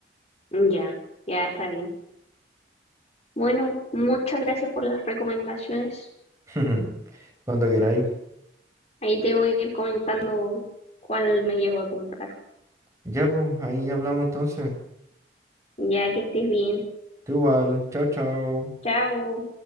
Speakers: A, on the left; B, on the right.
A: Ya, ya está bien. Bueno, muchas gracias por las recomendaciones.
B: <laughs> Cuando queráis.
A: Ahí te voy a ir comentando cuál me llevo a comprar.
B: Ya, pues, ahí hablamos entonces.
A: Ya que estés bien.
B: Tú igual. Chao, chao.
A: Chao.